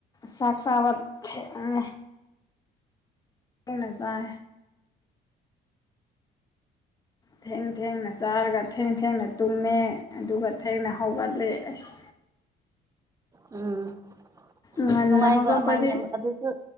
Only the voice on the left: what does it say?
ꯆꯥꯛ ꯆꯥꯕ ꯊꯦꯡꯉꯦ ꯊꯦꯡꯅ ꯆꯥꯏ ꯊꯦꯡ ꯊꯦꯡꯅ ꯆꯥꯔꯒ ꯊꯦꯡ ꯊꯦꯡꯅ ꯇꯨꯝꯃꯦ ꯑꯗꯨꯒ ꯊꯦꯡꯅ ꯍꯧꯒꯠꯂꯦ ꯑꯁ
ꯉꯟꯅ
ꯍꯧꯒꯠꯄ
ꯗꯤ